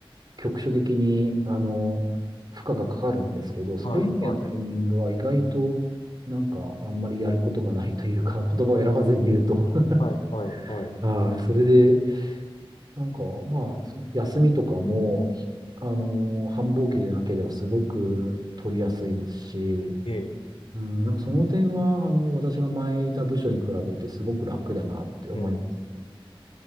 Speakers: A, on the right; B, on the left.
A: 局所的に、あの、負荷がかかるんですけど、それ以外のタイミングは意外と、
B: はい、はい、
A: なんか、あんまりやることがないというか、<laughs> 言葉を選ばずに言うと。<laughs>
B: はい、はい、はい。
A: はい。それで、なんか、まあ、そ休みとかも、ひあの、繁忙期でなければすごく取りやすいですし、
B: ええ、
A: うん、やっぱその点は、あの、私が前いた部署に比べてすごく楽だなって思います。
B: うん。